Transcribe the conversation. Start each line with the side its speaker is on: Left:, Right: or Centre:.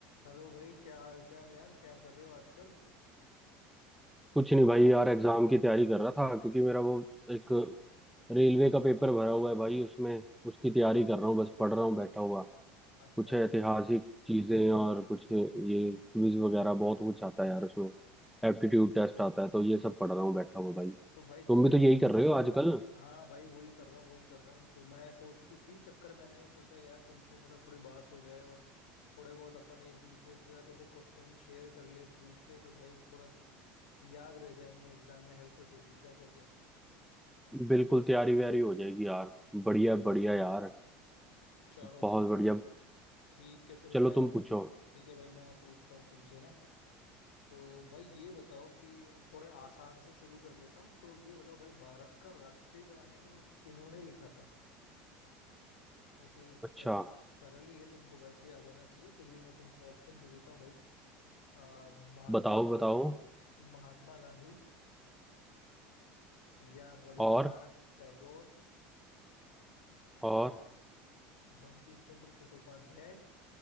Left: Hello भाई क्या हाल चाल यार क्या कर रहे हो आजकल
Centre: कुछ नहीं भाई यार एग्जाम की तैयारी कर रहा था क्योंकि मेरा वो एक रेलवे का पेपर भरा हुआ है भाई उसमें उसकी तैयारी कर रहा हूँ बस पढ़ रहा हूँ बैठा हुआ
Left: अच्छा
Centre: कुछ
Left: अच्छा
Centre: ऐतिहासिक
Left: अच्छा
Centre: चीजें और कुछ ये क्विज वगैरह बहुत कुछ आता है यार उसमें एप्टीट्यूड टेस्ट आता है तो ये सब पढ़ रहा हूँ बैठा हुआ भाई
Left: तो भाई
Centre: तुम
Left: थोड़े
Centre: भी तो यही कर रहे हो आजकल
Left: हाँ भाई वही कर रहा हूँ वही कर रहा हूँ तो मैं सोच इसी चक्कर में मैंने सोचा यार तुमसे मतलब थोड़ी बात हो जाए और थोड़े बहुत अपन एक दूसरे के साथ ऐसे क्वेश्चन शेयर कर ले पूछ ले तो भाई थोड़ा याद रह जाएंगे एग्जाम में हेल्प हो जाएगी क्या कहते हो
Centre: बिल्कुल तैयारी व्यारी हो जाएगी यार बढ़िया बढ़िया यार
Left: चलो
Centre: बहुत
Left: भाई
Centre: बढ़िया
Left: ठीक है फिर
Centre: चलो
Left: मैं
Centre: तुम पूछो
Left: ठीक है भाई मैं पूछता हूँ तुमसे ना तो भाई ये बताओ कि थोड़े आसान से शुरू कर लेता हूँ तो ये बताओ भाई भारत का राष्ट्रीय गान है वो किन्होंने लिखा था वैसे ही सरल
Centre: अच्छा
Left: सरल ही है तुमको वैसे ही आ जाना चाहिए फिर भी मैं तुमको ऑप्शन दे देता हूँ भाई आ, महात्मा
Centre: बताओ बताओ
Left: महात्मा गांधी या रविंद्रनाथ
Centre: और
Left: टैगोर
Centre: और
Left: बंकिम चंद्र चट्टोपाध्याय